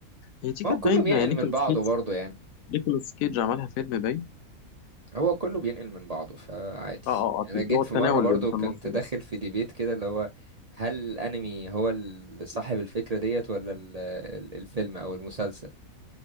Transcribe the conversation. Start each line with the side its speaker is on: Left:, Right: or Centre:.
Left: هي دي
Right: ما
Left: كانت
Right: هو كله
Left: باين
Right: بينقل
Left: نيكولاس
Right: من بعضه
Left: كيدج
Right: برضه يعني
Left: نيكولاس كيدج عملها فيلم باين
Right: هو كله بينقل من بعضه فعادي
Left: اه اه اكيد
Right: انا جيت
Left: هو التناول
Right: في مرة برضه
Left: اللي في
Right: كنت
Left: النص
Right: داخل
Left: بس
Right: في ديبيت كده اللي هو هل الانمي هو ال- صاحب الفكرة ديت ولا ال- ال- الفيلم او المسلسل